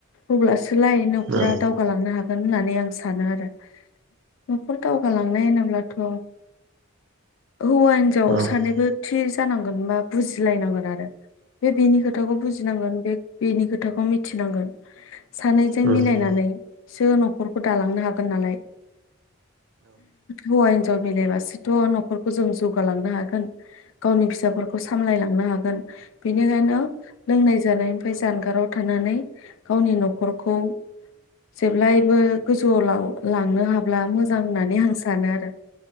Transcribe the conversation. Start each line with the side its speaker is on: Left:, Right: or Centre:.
Left: अब्ला सो लाय नखरा
Right: उम औ औ
Left: दावगालांनो हा गोन होननानै आं सानो आरो न'खर दावगालांनाय होनोब्ला थ' हौवा हिनजाव सानैबो
Right: औ
Left: थि जानांगोन बा बुजिलायनांगोन आरो बे बेनि खोथाखौ बुजिनांगोन बे बेनि खोथाखौ मिथिनांगोन सानैजों
Right: औ
Left: मिलायनानै सो न'खरखौ दालांनो हागोन नालाय हौवा हिन जाव मिलायबासोथ' न'खरखौ जों जौगालांनो हागोन। गावनि फिसाफोरखौ सामलायलांनो हागोन। बेनिखायनो लोंनाय जानाय <unintelligible> जानगाराव थानानै गावनि न'खरखौ जेब्लायबो गोजौवाव लाव लांनो हाब्ला मोजां होननानै आं सानो आरो